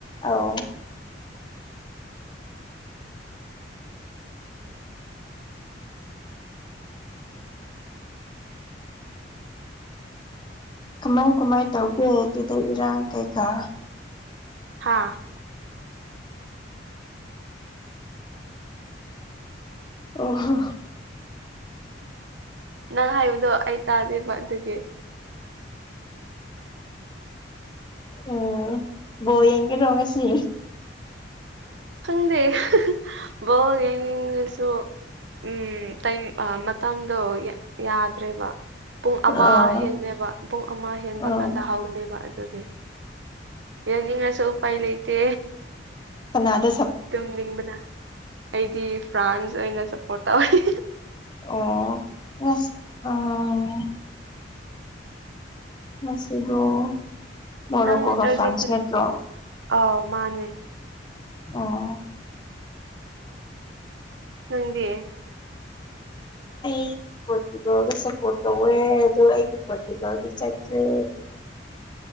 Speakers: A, on the left; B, on the right.
A: ꯑꯥꯎ ꯀꯃꯥꯏ ꯀꯃꯥꯏ ꯇꯧꯒꯦ ꯑꯗꯨꯗ ꯏꯔꯥꯡ ꯀꯩꯀꯥ
B: ꯍꯥꯥ
A: ꯑꯣꯍꯣ
B: ꯅꯪ ꯍꯥꯏꯕꯗꯣ ꯑꯩ ꯇꯥꯗꯦꯕ ꯑꯗꯨꯒꯤ
A: ꯎꯝ ꯕꯣ ꯌꯦꯒꯤ ꯇꯣꯡꯃꯦꯁꯤ
B: <unintelligible> ꯎꯝ ꯃꯇꯝꯗꯣ ꯌꯥꯗ꯭ꯔꯦꯕ ꯄꯨꯡ ꯑꯃ
A: ꯑꯥ
B: ꯍꯦꯅꯦꯕ ꯄꯨꯡ ꯑꯃ ꯍꯦꯟꯕ
A: ꯑꯥ
B: ꯀꯥꯟꯗ ꯍꯧꯅꯦꯕ ꯑꯗꯨꯒꯤ ꯌꯥꯅꯤꯡꯉꯁꯨ ꯎꯄꯥꯏ ꯂꯩꯇꯦ
A: ꯀꯥꯅꯗ
B: ꯇꯨꯝꯅꯤꯡꯕꯅ ꯑꯩꯗꯤ ꯐ꯭ꯔꯥꯟꯁ ꯑꯣꯏꯅ ꯁꯞꯄꯣꯔꯠ ꯇꯧꯋꯤ
A: ꯑꯣ ꯉꯁ ꯑꯥ ꯃꯁꯗꯨ ꯅꯣꯛꯒ
B: ꯅꯪ ꯑꯔꯖꯦꯟꯇꯤꯟ
A: ꯐ꯭ꯔꯥꯟꯁ ꯅꯠꯇ꯭ꯔꯣ
B: ꯑꯥꯎ ꯃꯥꯅꯦ
A: ꯑꯣ
B: ꯅꯪꯗꯤ
A: ꯑꯩꯒꯤ ꯄꯣꯔꯇꯨꯒꯜꯗ ꯁꯞꯄꯣꯔꯠ ꯇꯧꯋꯦ ꯑꯗꯣ ꯑꯩꯒꯤ ꯄꯣꯔꯇꯨꯒꯥꯜꯗꯤ ꯆꯈ꯭ꯔꯦ